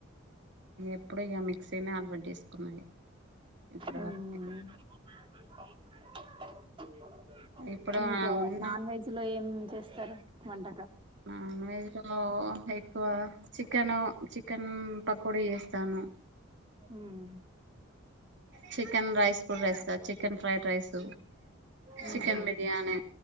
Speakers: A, on the right; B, on the right.
A: ఎప్పుడు ఏమి <unintelligible> కున్నాయి ఇప్పటివరకు
B: ఉమ్,
A: అయితే
B: <inaudible>
A: ఇప్పుడు
B: ఇంకా
A: ఉన్న
B: నాన్ వెజ్ లో ఏం చేస్తారు వంట
A: నాన్ వెజ్ లో ఎక్కువ చికెన్ చికెన్ పకోడ వేస్తాను
B: హ్మ్
A: చికెన్ రైస్ కు వేస్తా చికెన్ ఫ్రైడ్ రైస్
B: ఉమ్హు,
A: చికెన్ బిర్యాని